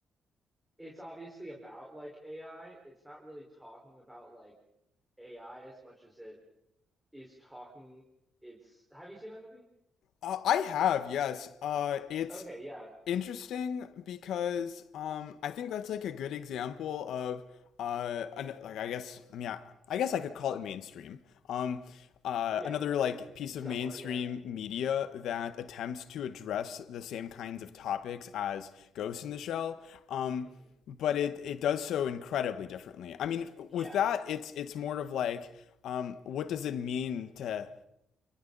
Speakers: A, in the centre; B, on the left.
A: it's obviously about like AI. It's not really talking about like AI as much as it is talking it's have you seen that movie?
B: Uh, I have, yes. Uh, it's
A: Okay, yeah.
B: interesting because um, I think that's like a good example of uh, an, like I guess I mean I, I guess I could call it mainstream. Um, uh,
A: Yeah.
B: another like piece
A: Somewhat,
B: of mainstream
A: yeah.
B: media that attempts to address the same kinds of topics as Ghost in the Shell. Um,
A: hmm
B: but it it does so incredibly differently. I mean,
A: Yeah.
B: with that, it's it's more of like, um, what does it mean to